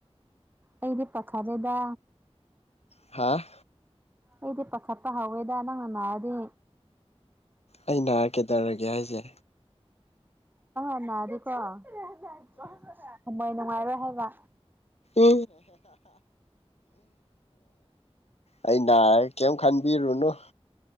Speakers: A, on the right; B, on the left.
A: ꯑꯩꯗꯤ ꯄꯈꯠꯔꯦꯗ
B: ꯍꯥꯥ
A: ꯑꯩꯗꯤ ꯄꯥꯈꯠꯄ ꯍꯧꯎꯋꯦꯗ ꯅꯪꯅ ꯅꯥꯔꯗꯤ
B: ꯑꯩ ꯅꯥꯔꯛꯀꯦ ꯇꯧꯔꯒꯦ ꯍꯥꯏꯁꯦ
A: ꯑꯟꯅꯗꯤꯀꯣ <unintelligible> ꯊꯃꯣꯏ ꯅꯨꯡꯉꯥꯏꯔꯣꯏ ꯍꯥꯏꯕ
B: ꯎ ꯑꯩ ꯀꯩꯝ ꯈꯟꯕꯤꯔꯨꯅꯨ